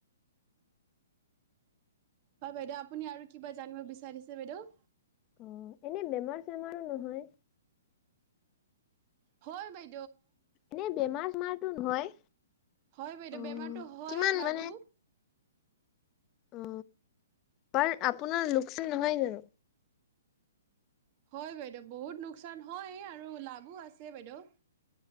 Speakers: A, on the right; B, on the left.
A: হয় বাইদেউ আপুনি আৰু কিবা জানিব বিচাৰিছে বাইদেউ?
B: অ এনেই বেমাৰ চেমাৰ নহয়।
A: হয় বাই।
B: এনে বেমাৰ চেমাৰটো নহয়।
A: হয় বাইদেউ
B: অ',
A: বেমাৰতো হয়
B: কিমান
A: বাৰু।
B: মানে অ বাৰ আপোনাৰ লোকচান নহয় জানো?
A: হয় বাইদেউ বহুত লোকচান হয় আৰু লাভো আছে বাইদেউ।